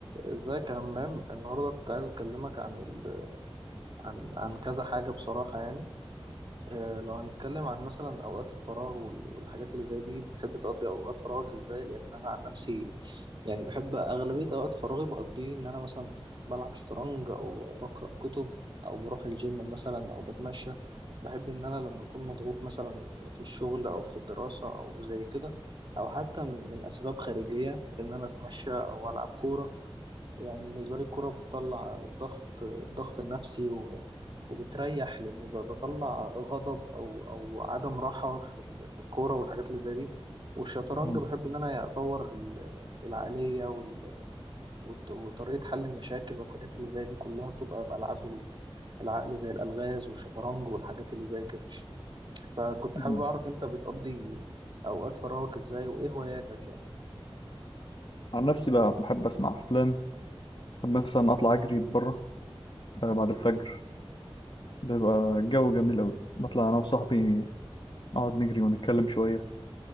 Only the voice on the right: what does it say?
ازيك يا همام النهارده كنت عايز اكلمك عن ال... عن عن كذا حاجه بصراحه يعني أه لو هنتكلم عن مثلا اوقات الفراغ وال... والحاجات اللي زي دي بتحب تقضي اوقات فراغك ازاي لان انا عن نفسي يعني بحب اغلبيه اوقات فراغي بقضيه ان انا مثلا بلعب شطرنج او بقرا كتب او بروح الجيم مثلا او بتمشى بحب ان انا لما اكون مضغوط مثلا في الشغل او في الدراسه او زي كده او حتى من اسباب خارجيه ان انا اتمشى او العب كوره يعني بالنسبة لي الكورة بتطلع ضغط الضغط النفسي و... وبتريح لأنه ب- بطلع غضب أو أو عدم راحة في ال... في الكورة والحاجات اللي زي دي والشطرنج
بحب إن أنا أطور ال- العقلية وال... وت- وطريقة حل المشاكل والحاجات اللي زي دي كلها بتبقى بألعاب ال- العقل زي الألغاز والشطرنج والحاجات اللي زي كده فكنت
حابب أعرف أنت بتقضي أوقات فراغك إزاي وإيه هواياتك يعني